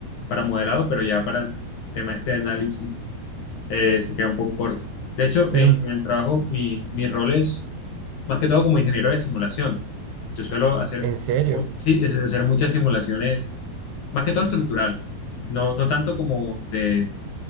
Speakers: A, on the left; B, on the right.
A: para modelado, pero ya para el tema este de análisis eh, se queda un poco corto. De hecho,
B: pero
A: en, en el trabajo mi, mi rol es Más que todo como ingeniero de simulación. Yo suelo hacer,
B: en serio,
A: mu- sí, es- hacer muchas simulaciones, más que todo estructurales. No, no tanto como de,